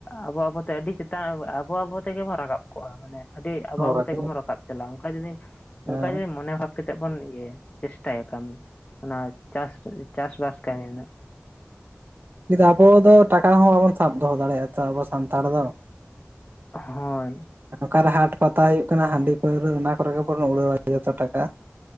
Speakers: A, on the left; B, on the right.
A: ᱟᱵᱚ ᱟᱵᱚᱛᱮ ᱟᱹᱰᱤ ᱪᱮᱛᱟᱱ ᱟᱵᱚ ᱟᱵᱚ ᱛᱮᱜᱮ ᱵᱚᱱ ᱨᱟᱠᱟᱵ ᱠᱚᱜᱼᱟ ᱢᱟᱱᱮ ᱟᱹᱰᱤ ᱟᱵᱚ
B: ᱦᱳᱭ
A: ᱛᱮᱜᱮᱵᱚᱱ ᱨᱟᱠᱟᱵ ᱪᱟᱞᱟᱜᱼᱟ ᱚᱱᱠᱟ ᱡᱩᱫᱤ
B: ᱦᱮᱸ
A: ᱚᱱᱠᱟ ᱡᱩᱫᱤ ᱢᱚᱱᱮ ᱵᱷᱟᱵ ᱠᱟᱛᱮ ᱵᱚᱱ ᱤᱭᱟᱹᱭᱟ ᱪᱮᱥᱴᱟᱭᱟ ᱠᱟᱹᱢᱤ ᱚᱱᱟ ᱪᱟᱥ ᱪᱟᱥᱵᱟᱥ ᱛᱟᱦᱮᱸᱱᱟ
B: ᱟᱵᱚ ᱫᱚ ᱴᱟᱠᱟ ᱦᱚᱸ ᱵᱟᱵᱚᱱ ᱥᱟᱵ ᱫᱚᱦᱚ ᱫᱟᱲᱮᱭᱟᱜᱼᱟ ᱛᱚ ᱟᱵᱚ ᱥᱟᱱᱛᱟᱲ ᱫᱚ᱾
A: ᱦᱳᱭ
B: ᱚᱠᱟᱨᱮ ᱦᱟᱴ ᱯᱟᱛᱟ ᱦᱩᱭᱩᱜ ᱠᱟᱱᱟ ᱦᱟᱺᱰᱤ ᱯᱟᱹᱣᱨᱟᱹ ᱚᱱᱟ ᱠᱚᱨᱮ ᱜᱮᱵᱚᱱ ᱩᱲᱟᱹᱣᱟ ᱡᱚᱛᱚ ᱴᱟᱠᱟ᱾